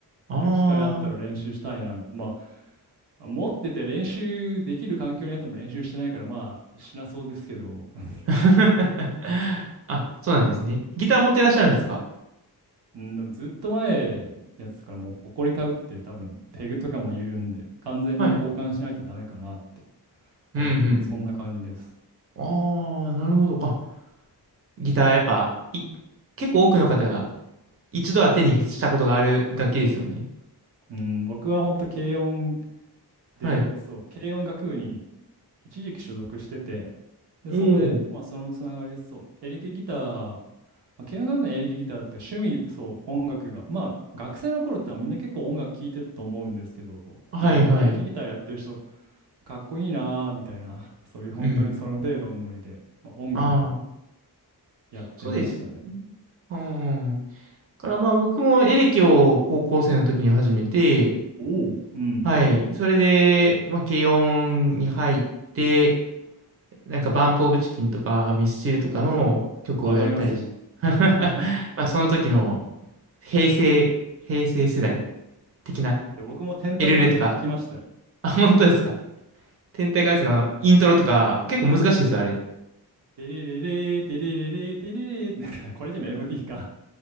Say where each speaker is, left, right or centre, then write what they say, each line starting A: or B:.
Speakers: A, on the right; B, on the right.
A: うん。
B: 機会あったら練習したいな、
A: あ
B: みたいな。まあ、持ってて練習できる環境にあっても練習してないから、まあ、しなそうですけど、<laughs>
A: あ。<laughs> あ、そうなんですね。ギター持ってらっしゃるんですか
B: うん、でもずっと前のやつからもう埃かぶって多分ペグとかも緩んで完全に交換しないとダメかなって、
A: はい。
B: 本当にそんな感じです。
A: うんうんうん。ああ、なるほど。あ、ギターやっぱ、い、結構多くの方が一度は手にしたことがある楽器ですよね。
B: うん、僕は本当軽音で、
A: はい。
B: そう、軽音楽部に一時期所属してて、で、
A: お
B: そんで、まあ、そのつながりで、そう、エレキギター、まあ軽音楽のエレキギターって趣味で、そう、音楽が、まあ、学生の頃ってみんな結構音楽聴いてると思うんですけど、
A: お。はいはい。
B: で、なんかエレキギターやってる人、かっこいいなーみたいな、<laughs> そういう本当にその程度のノリで、
A: うん。
B: まあ、音楽を
A: ああ、
B: やってましたね。
A: そうですよね。うん。からまあ僕もエレキを高校生の時に始めて、
B: おお。うん、
A: はい。それで、まあ軽音に入って、なんかバンプオブチキンとかミスチルとかの曲をやったりし
B: わかりますよ。
A: <laughs> ま
B: <laughs>
A: あその時の平成、平成世代的な
B: いや、僕も天体観測弾きましたよ。
A: エルレとか。あ、本当ですか。天体観測のイントロとか結構難しいですよ、あれ。
B: テレレレー、テレレレー、テレレレー、なんかこれじゃメロディーか。